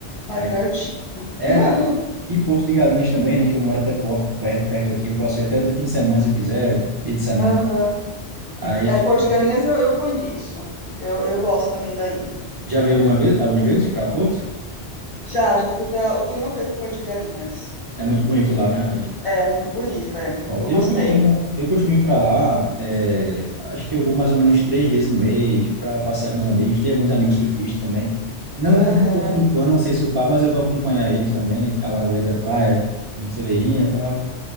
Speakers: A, on the left; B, on the right.
A: Ah,
B: Aí
A: é pertinho.
B: é
A: <laughs>
B: E Porto de Galinhas também, né? Que eu moro até Porto, perto, perto aqui. Eu posso ir até todo fim de semana se eu quiser, dia de semana.
A: Aham.
B: Aí
A: É,
B: fi-
A: Porto de Galinhas eu, eu conheço. Eu, eu gosto também daí.
B: já veio alguma vez, algumas vezes para Porto.
A: Já, já fui pra, fui uma vez no Porto de Galinhas.
B: É muito bonito lá, né, rapaz?
A: É, muito bonito, é.
B: Ó,
A: Eu
B: eu
A: gostei.
B: costumo, eu costumo ir para lá. é, acho que eu vou mais ou menos três vezes no mês para passear com os amigos. Tem alguns amigos surfistas também. Não, não
A: Aham.
B: tô surfando, não sei surfar, mas eu vou acompanhar eles também, ficar lá na beira da praia, com cervejinha e tal.